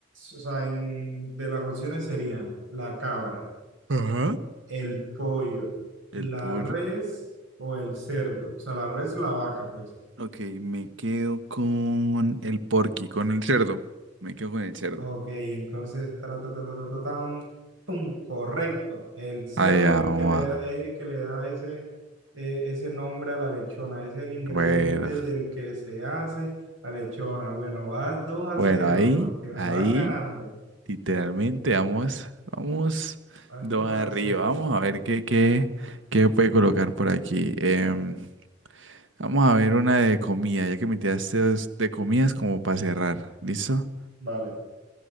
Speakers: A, on the right (about 85°); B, on the right (about 75°).
A: o sea, en- de las opciones serían la cabra,
B: Ajá.
A: el pollo, la
B: El pollo.
A: res o el cerdo. O sea, la res, la vaca, pues.
B: Ok, me quedo con el porky, con el cerdo. Me quedo con el cerdo.
A: Ok, entonces, ta, ta, ta, ta, ta, ta, tan, tum, correcto. El cerdo
B: Ay,
A: es el
B: mamá.
A: que le da, es el que le da ese, eh, ese nombre a la lechona. Es el ingrediente
B: Bueno,
A: del que se hace la lechona. Bueno, vas dos a
B: bueno,
A: cero
B: ahí,
A: porque me
B: ahí,
A: vas ganando.
B: literalmente vamos, vamos
A: Vas
B: dos
A: dos
B: arriba.
A: a cero
B: Vamos a ver qué, qué, qué puede colocar por aquí. Em, vamos a ver una de comida, ya que me tiraste dos de comidas como para cerrar. ¿Listo?
A: Vale.